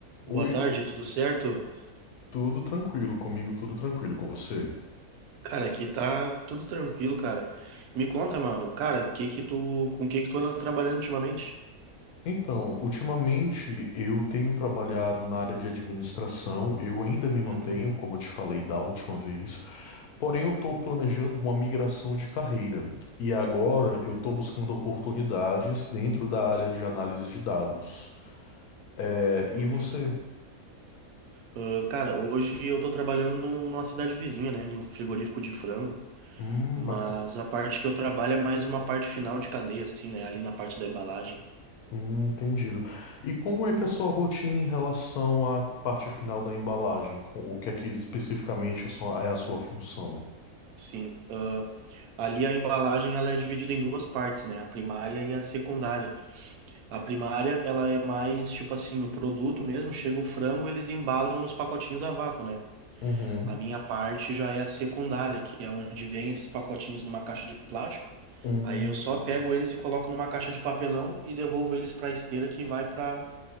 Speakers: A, on the left; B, on the right.
A: Oi,
B: Boa tarde, tudo certo?
A: tudo tranquilo, comigo tudo tranquilo, com você?
B: Cara, aqui tá tudo tranquilo, cara. Me conta, mano, cara, o que que tu, com o que que tu anda trabalhando ultimamente?
A: Então, ultimamente eu tenho trabalhado na área de administração, eu ainda me mantenho,
B: Uhum,
A: como eu te falei da última vez, porém eu estou planejando uma migração de carreira e agora eu estou buscando oportunidades dentro da área
B: sim,
A: de análise de dados. É,
B: entendi.
A: e você?
B: Ah, cara, hoje eu tô trabalhando num- numa cidade vizinha, né, em um frigorífico de frango,
A: Hum,
B: mas
A: bacana.
B: a parte que eu trabalho é mais uma parte final de cadeia, assim, né, ali na parte da embalagem.
A: Hum, entendido. E como é que é a sua rotina em relação à parte final da embalagem? Com- O que é que especificamente é a sua é a sua função?
B: Sim, ah, ali a embalagem ela é dividida em duas partes, né, a primária e a secundária. A primária, ela é mais tipo assim, o produto mesmo, chega o frango, eles embalam nos pacotinhos a vácuo, né?
A: Uhum.
B: A minha parte já é a secundária, que é onde vem esses pacotinhos numa caixa de plástico.
A: Hum,
B: Aí eu só pego eles e coloco numa caixa de papelão e devolvo eles para esteira que vai para